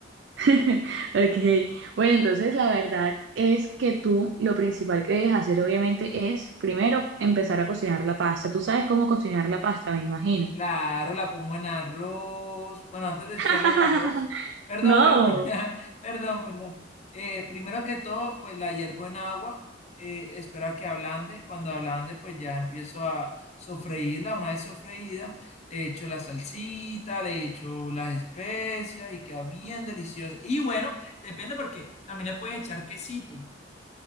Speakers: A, on the right; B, on the left.
A: <laughs> Ok, bueno, entonces la verdad es que tú lo principal que debes hacer obviamente es primero empezar a cocinar la pasta. Tú sabes cómo cocinar la pasta, me imagino.
B: Claro, la pongo en arroz. Bueno, antes de echarla
A: <laughs>
B: en arroz. Perdón,
A: No.
B: perdón, <laughs> perdón, perdón. Eh, primero que todo, pues la hiervo en agua. eh, espero a que ablande. Cuando ablande, pues ya empiezo a sofreírla. Una vez sofreída, le echo la salsita, le echo las especias y queda bien deliciosa. Y bueno, depende porque también le puedes echar quesito.